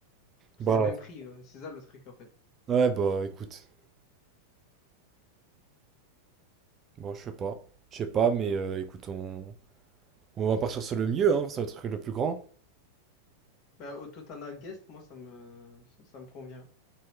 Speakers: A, on the left (about 40°); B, on the right (about 25°).
A: C'est
B: Bah,
A: le même prix, ouais. C'est ça le truc en fait.
B: ouais, bah écoute. Bon, je sais pas. Je sais pas, mais euh, écoute, on... on va partir sur le mieux, hein, c'est le truc le plus grand.
A: Bah, au totana Guest, moi ça me ça, ça me convient.